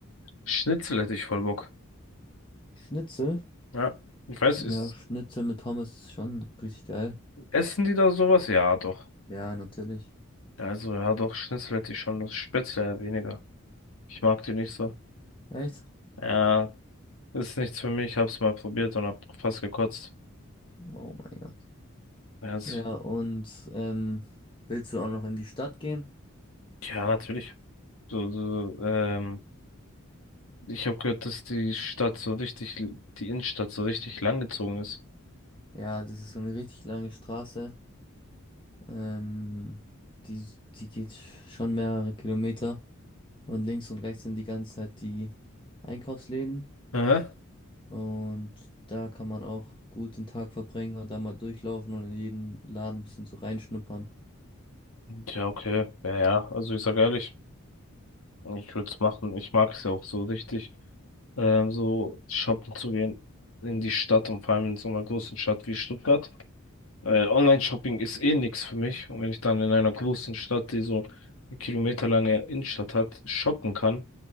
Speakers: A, on the left; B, on the left.
A: Schnitzel hätte ich voll Bock.
B: Schnitzel?
A: Ja. Ich weiß,
B: Ja,
A: ist,
B: Schnitzel mit Pommes ist schon richtig geil.
A: essen die da sowas? Ja, doch.
B: Ja, natürlich.
A: Ja, Also, ja, doch, Schnitzel hätte ich schon Lust. Spätzle eher weniger. Ich mag die nicht so.
B: Echt?
A: Ja, ist nichts für mich. Hab's mal probiert und hab fast gekotzt.
B: Oh mein Gott.
A: Ja, ist,
B: Ja, und ähm, willst du auch noch in die Stadt gehen?
A: ja, natürlich. So, so, ähm, ich habe gehört, dass die Stadt so richtig, die Innenstadt so richtig langgezogen ist.
B: Ja, das ist so eine richtig lange Straße. Ähm, die, die geht schon mehrere Kilometer. Und links und rechts sind die ganze Zeit die Einkaufsläden.
A: Aha.
B: Und da kann man auch gut den Tag verbringen und da mal durchlaufen und in jeden Laden ein bisschen so reinschnuppern.
A: Ja, okay. Ja, ja. Also, ich sag ehrlich, ich würde es machen. Ich mag es ja auch so richtig. ähm, so shoppen zu gehen in die Stadt und vor allem in so einer großen Stadt wie Stuttgart. Weil Online-Shopping ist eh nix für mich. Und wenn ich dann in einer großen Stadt, die so eine kilometerlange Innenstadt hat, shoppen kann,